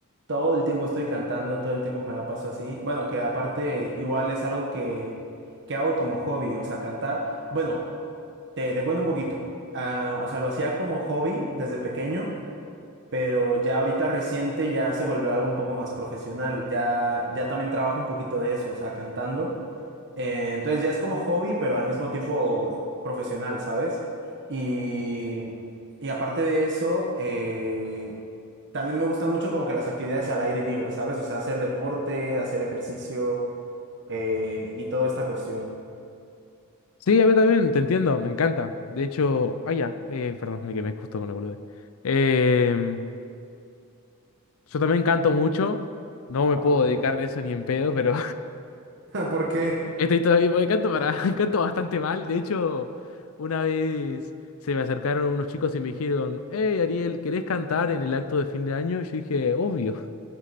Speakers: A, on the right; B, on the left.
A: todo el tiempo estoy cantando, todo el tiempo me la paso así. Bueno, que aparte igual es algo que, que hago como hobby, o sea, cantar. Bueno. Te, te cuento un poquito. Ah, o sea, lo hacía como hobby desde pequeño, pero ya ahorita reciente ya se volvió algo un poco más profesional. Ya, ya también trabajo un poquito de eso, o sea, cantando. Eh, entonces ya es como hobby, pero al mismo tiempo profesional, ¿sabes? Y, y aparte de eso, eh, también me gustan mucho como que las actividades al aire libre, ¿sabes? O sea, hacer deporte, hacer ejercicio eh, y toda esta cuestión.
B: Sí, a mí también, te entiendo, me encanta. De hecho, ah, ya, eh, perdón, me quemé justo con la boludez. Eh, yo también canto mucho. No me
A: <laughs>
B: puedo
A: ¿A poco?
B: dedicar de eso ni en pedo, pero
A: ¿Por qué?
B: Estoy todavía porque canto para, <laughs> canto bastante mal. De hecho, una vez se me acercaron unos chicos y me dijeron, Hey Ariel, ¿querés cantar en el acto de fin de año? Y yo dije, obvio.